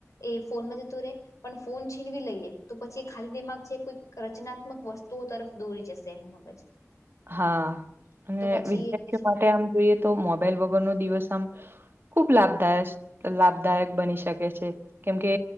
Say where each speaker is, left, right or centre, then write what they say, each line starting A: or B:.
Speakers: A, on the left (about 80°); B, on the right (about 45°).
A: એ ફોન જ પણ ફોન છીનવી લઈએ તો પછી ખાલી છે કોઈ રચનાત્મક વસ્તુઓ તરફ દોરી જશે એનું મગજ
B: હા અને
A: તો પછી
B: વિદ્યાર્થીઓ
A: એ છે
B: માટે આમ જોઈએ તો મોબાઈલ વગરનોો દિવસ આમ ખૂબ લાભદાય લાભદાયક બની શકે છે કેમકે